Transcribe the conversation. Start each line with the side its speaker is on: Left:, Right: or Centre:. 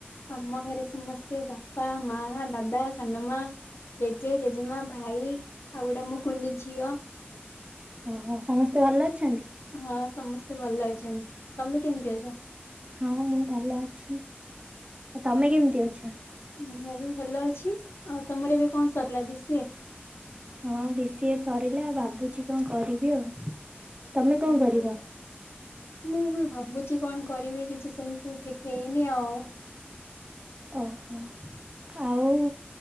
Left: ଆମ ଘରେ ସମସ୍ତେ ବାପା ମା ଦାଦା ସାନମା ଜେଜେ ଜେଜେମା ଭାଇ ଆଉ ଗୁଟେ ମୋ କୁନି ଝିଅ।
Right: ଓହୋ ସମସ୍ତେ ଭଲ ଅଛି
Left: ହଁ ସମସ୍ତେ ଭଲ ଅଛନ୍ତି। ତମେ କେମିତି ଅଛ?
Right: ହଁ ମୁଁ ଭଲ ଅଛି। ଆ ତମେ କେମିତି ଅଛ।
Left: ମୁଁ ବି ଭଲ ଅଛି ଆଉ ତମର ଏବେ କଣ ସରିଲା ବି ସି ଏ।
Right: ହଁ ବିସିିଏ ସରିଲା ଭାବୁଛି କଣ କରିବି ଆଉ ତମେ କଣ
Left: ହଁ
Right: କରିବ?
Left: ମୁଁ ବି ଭାବୁଛି କଣ କରିବି କିଛି ସେମିତି ଠିକ ହେଇନି ଆଉ।
Right: ଓହୋ ଆଉ